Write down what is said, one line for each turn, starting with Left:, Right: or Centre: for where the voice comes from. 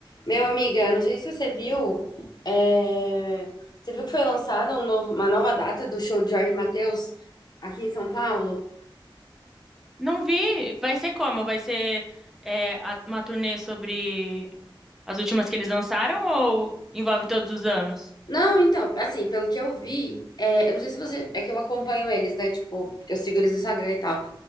Left: Meu amiga, não sei se você viu, é, você viu que foi lançada um novo- uma nova data do show de Jorge Mateus aqui em São Paulo?
Centre: Não vi. Vai ser como? Vai ser é, a- uma turnê sobre as últimas que eles lançaram ou envolve todos os anos?
Left: Não, então, assim, pelo que eu vi, é, eu não sei se você, é que eu acompanho eles, né? Tipo, eu sigo eles no Instagram e tal.